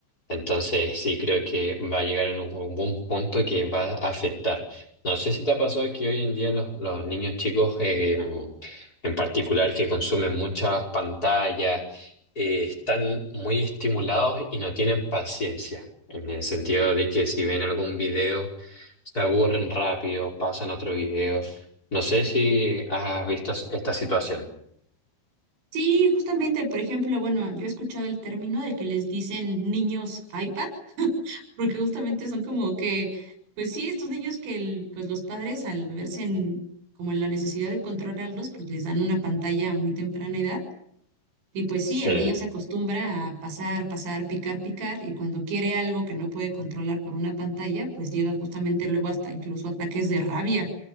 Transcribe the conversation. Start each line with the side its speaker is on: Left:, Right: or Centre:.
Left: Entonces, sí, creo que va a llegar en un, un buen punto que va a afectar. No sé si te ha pasado que hoy en día los, los niños chicos, eh, en particular, que consumen muchas pantallas, eh, están muy estimulados y no tienen paciencia, en el sentido de que si ven algún video, se aburren rápido, pasan a otro video. No sé si has visto esta situación.
Right: Sí, justamente, por ejemplo, bueno, yo he escuchado el término de que les dicen niños iPad porque justamente son como que, pues sí, estos niños que el- pues los padres al verse en, como en la necesidad de controlarlos, pues les dan una pantalla a muy temprana edad. Y pues
Left: Sí,
Right: sí, el niño se acostumbra a pasar, pasar, picar, picar, y cuando quiere algo que no puede controlar por una pantalla, pues llegan justamente luego hasta incluso ataques de rabia